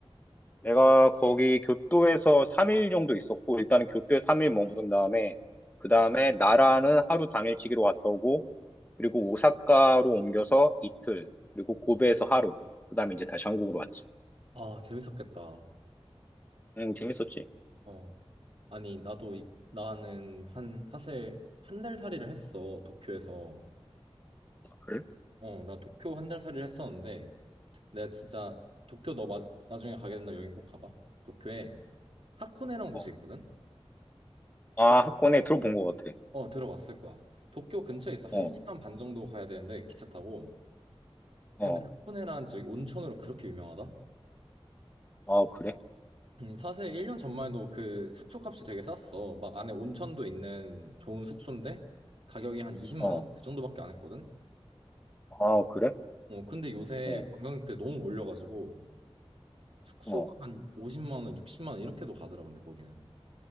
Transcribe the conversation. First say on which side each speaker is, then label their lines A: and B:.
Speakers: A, on the left; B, on the right.
A: 내가 거기 교토에서 3일 정도 있었고, 일단은 교토에 3일 머무른 다음에, 그 다음에 나라는 하루 당일치기로 왔다 오고, 그리고 오사카로 옮겨서 이틀, 그리고 고베에서 하루, 그 다음에 이제 다시 한국으로 왔지.
B: 아, 재밌었겠다.
A: 응, 재밌었지.
B: 어. 아니, 나도, 이- 나는 한, 사실 한 달 살이를 했어, 도쿄에서.
A: 그래?
B: 어, 나 도쿄 한 달 살이를 했었는데, 내가 진짜 도쿄 너 마, 나중에 가게 된다 여행 꼭 가봐. 도쿄에 하코네라는 곳이
A: 어.
B: 있거든?
A: 아,
B: 도,
A: 학원에 들어본 것 같아.
B: 어, 들어봤을 거야. 도쿄 근처에 있어. 한
A: 어,
B: 시간 반 정도 가야 되는데, 기차 타고. 근데
A: 어,
B: 하코네라는 지역이 온천으로 그렇게 유명하다?
A: 아, 그래?
B: 음, 사실 1년 전만 해도 그 숙소 값이 되게 쌌어. 막 안에 온천도 있는 좋은 숙소인데, 가격이 한 20만
A: 어,
B: 원? 그 정도밖에 안 했거든?
A: 아, 그래?
B: 어, 근데 요새
A: 어,
B: 관광객들 너무 몰려가지고 숙소가
A: 어.
B: 한 50만 원, 60만 원 이렇게도 가더라 근데 거기는.